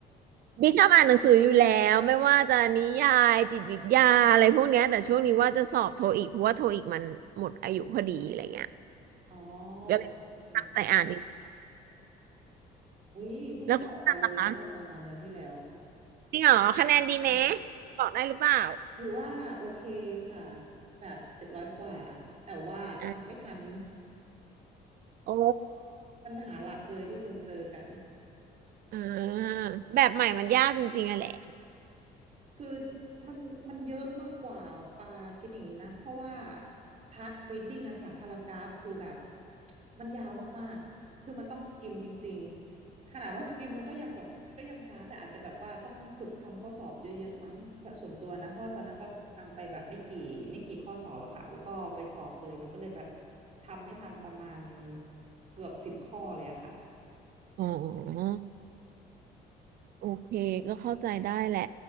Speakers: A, on the right; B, on the right.
A: ดิชอบอ่านหนังสืออยู่แล้วไม่ว่าจะนิยายจิตวิทยาอะไรพวกเนี้ยแต่ช่วงนี้ว่าจะสอบโทอีกเพราะว่าโทอีกมันหมดอายุพอดีอะไรเงี้ย
B: อ๋อ
A: ก็เลยตั้งใจอ่านอีก
B: โอเคอุ๊ยเพิ่งสอบไปเลยเมื่อสองสามเดือนที่แล้ว
A: แล้วคุณปลาล่ะคะจริงเหรอคะแนนดีไหม
B: ใช่
A: บอกได้หรือเปล่า
B: ถือว่าโอเคค่ะแบบเจ็ดร้อยกว่าแต่ว่าทำไม่ทัน
A: อ่ะโอ้
B: <laughs> ปัญหาหลักเลยที่คนเจอกัน
A: อ่าแบบใหม่มันยากจริงๆอะแหละ
B: คือมันมันเยอะมากกว่าปาคิดอย่างนี้นะเพราะว่าพาร์ทรีดดิ้งอะค่ะพารากราฟคือแบบมันยาวมากๆคือมันต้องสกิมจริงๆขนาดว่าสกิมมันก็ยังแบบก็ยังช้าแต่อาจจะแบบว่าต้องฝึกทำข้อสอบเยอะๆมั้งถ้าส่วนตัวนะเพราะว่าตอนนั้นปาฝึกทำไปแบบไม่กี่ไม่กี่ข้อสอบอะค่ะแล้วก็ไปสอบเลยมันก็เลยแบบทำไม่ทันประมาณเกือบสิบข้อเลยอะค่ะ
A: อ๋อ โอเคก็เข้าใจได้แหละ